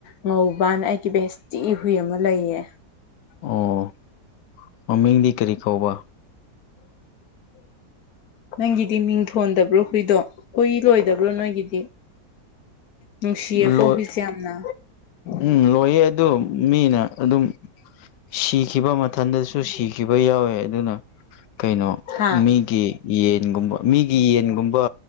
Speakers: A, on the left (about 65°); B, on the left (about 80°).
A: ꯉꯧꯕꯅ ꯑꯩꯒꯤ ꯕꯦꯁꯇꯤꯒꯤ ꯍꯨꯏ ꯑꯃ ꯂꯩꯌꯦ
B: ꯑꯣ ꯃꯃꯤꯡꯗꯤ ꯀꯔꯤ ꯀꯧꯕ
A: ꯅꯪꯒꯤꯗꯤ ꯃꯤꯡꯊꯣꯟꯗꯕ꯭ꯔꯣ ꯍꯨꯏꯗꯣ ꯍꯨꯏ ꯂꯣꯏꯗꯕ꯭ꯔꯣ ꯅꯣꯏꯒꯤꯗꯤ ꯅꯨꯡꯁꯤꯌꯦꯀꯣ
B: ꯂꯣꯏ
A: ꯍꯨꯏꯁꯦ ꯌꯥꯝꯅ
B: ꯎꯝ ꯂꯣꯏꯌꯦ ꯑꯗꯨ ꯃꯤꯅ ꯑꯗꯨꯝ ꯁꯤꯈꯤꯕ ꯃꯊꯟꯗꯁꯨ ꯁꯤꯈꯤꯕ ꯌꯥꯎꯋꯦ ꯑꯗꯨꯅ ꯀꯩꯅꯣ
A: ꯍꯥ
B: ꯃꯤꯒꯤ ꯌꯦꯟꯒꯨꯝꯕ ꯃꯤꯒꯤ ꯌꯦꯟꯒꯨꯝꯕ